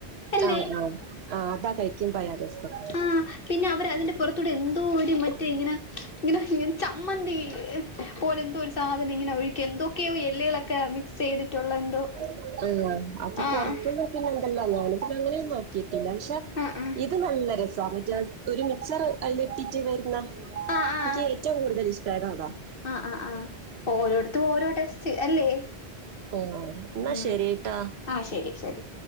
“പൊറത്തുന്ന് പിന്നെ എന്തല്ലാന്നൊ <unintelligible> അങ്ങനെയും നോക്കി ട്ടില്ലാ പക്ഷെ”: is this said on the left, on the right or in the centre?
Right